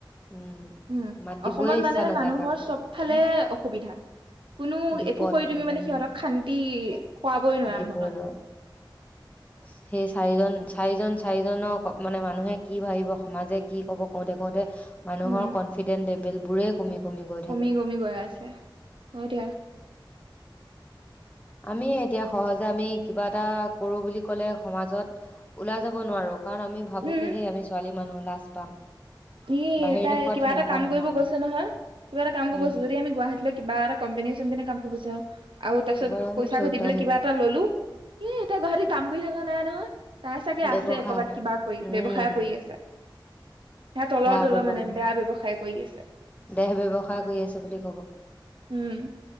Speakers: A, on the left; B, on the right.
A: উম
B: উম
A: মাত দিবই
B: অসমত
A: ইচ্ছা
B: মানে
A: নাযায়
B: মানুহৰ
A: কাকো
B: চবফালে অসুবিধা। কোনো
A: বিপদ
B: একো কৰি দিবি মানে
A: উম
B: সিহঁতক তুমি মানে শান্তি, খুৱাবই নোৱাৰা
A: দিবই
B: মনত
A: নোৱাৰোঁ। সেই চাৰিজন চাৰিজন চাৰিজননৰ মানে মানুহে কি ভাবিব সমাজে কি ক'ব কওঁতে কওঁতে মানুহৰ
B: উম
A: কনফিডেন্ট লেভেলবোৰে কমি কমি গৈ
B: কমি
A: থাকে
B: কমি গৈ আছে হয় দিয়া।
A: আমি এতিয়া সহজে আমি কিবা এটা কৰোঁ বুলি ক'লে সমাজত ওলাই যাব নোৱাৰোঁ। কাৰণ আমি ভাবো
B: উম
A: কে সেই আমি ছোৱালী মানুহ লাজ পাম।
B: ই
A: বাহিৰ
B: তাই
A: দেশত
B: কিবা
A: সেনেকুৱা
B: এটা কাম
A: নহয়
B: কৰিব গৈছে নহয়, কিবা এটা কাম
A: উম
B: কৰিব গৈছে। যদি আমি গুৱাহাটীলৈ কিবা এটা কম্পেনী চোম্পেনী কাম কৰিব যাওঁ, আৰু তাৰপিছত
A: কব
B: পইচা
A: চৰিত্ৰহীন
B: ঘটি পেলাই কিব এটা ল'লো ই এতিয়া গুৱাহাটীত কাম কৰি থকা নাই নহয়, তাই চাগে
A: ব্যৱসায়
B: আছে ক'বাত কিবা কৰি
A: উম
B: ব্যৱসায় কৰি আছে। ই তলৰ
A: সেয়া
B: তলৰ
A: ব্যৱসায়
B: মানে বেয়া ব্যৱসায় কৰি আছে।
A: দেহ ব্যেৱসায় কৰি আছে বুলি ক'ব,
B: উম